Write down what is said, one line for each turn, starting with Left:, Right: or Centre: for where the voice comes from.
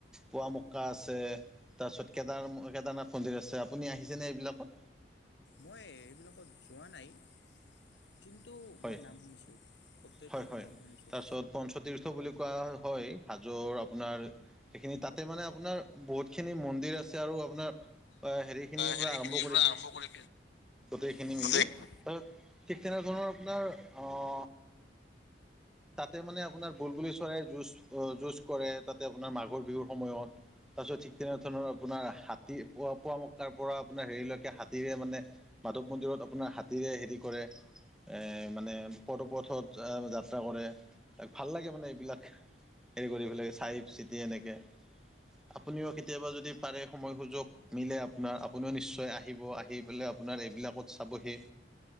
Centre: পুৱামক্কা আছে তাৰপিছত কেদাৰ - কেদাৰনাথ মন্দিৰ আছে আপুনি আহিছেনে এইবিলাকত?
Left: মই এইবিলাকত যোৱা নাই। কিন্তু
Centre: হয়
Left: মই নাম শুনিছো প্ৰত্যেকটোৰে
Centre: হয় হয়
Left: নাম শুনিছো।
Centre: তাৰপিছত পঞ্চতীৰ্থ বুলি কোৱা হয় হাজৰ আপোনাৰ সেইখিনি তাতে মানে আপোনাৰ বহুত খিনি মন্দিৰ আছে আপোনাৰ হেখিনিৰ
Left: হেৰি
Centre: আৰম্ভ
Left: খিনিৰ
Centre: কৰিপেলে
Left: পৰা আৰম্ভ কৰি
Centre: গোটেইখিনি
Left: গোটেই
Centre: মিলি তাৰ ঠিক তেনেধৰণৰ আপোনাৰ অ, তাতে মানে আপোনাৰ বুলবুলি চৰাইৰ যুঁজ - যুঁজ কৰে তাতে আপোনাৰ মাঘৰ বিহুৰ সময়ত। তাৰপিছত ঠিক তেনে ধৰণৰ আপোনাৰ হাতী পোৱা পুৱা মকাৰ পৰা আপোনাৰ হেৰিলৈকে হাতীৰে মানে মাধৱ মন্দিৰত আপোনাৰ হাতীৰে হেৰি কৰে। এ মানে পদপথত যাত্ৰা কৰে ত ভাল লাগে মানে এইবিলাক। হেৰি কৰি পেলাই চাই চিতি এনেকে। আপুনিও কেতিয়াবা যদি পাৰে সময় সুযোগ মিলে আপোনাৰ আপুনিও নিশ্চয় আহিব। আহি পেলাই আপোনাৰ এইবিলাকত চাবহি